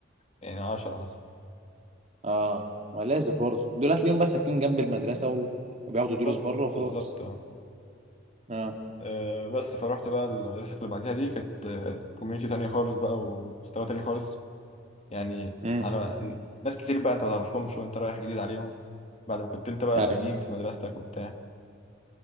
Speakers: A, on the left (about 35°); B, on the right (about 35°).
A: يعني 10 مثلا
B: اه ما لازم برضه دول هتلاقيهم بقى ساكنين جنب المدرسه و... وبياخدوا
A: بالظبط
B: دروس بره وخلاص
A: بالظبط اه
B: اه
A: آه، بس فروحت بقى المدرسه اللي بعدها دي كانت كوميونتي تانية خالص بقى ومستوى تاني خالص يعني
B: امم
A: انا ناس كتير بقى انت ما تعرفهمش وانت رايح جديد عليهم بعد ما كنت انت بقى القديم
B: ايوه
A: في مدرستك وبتاع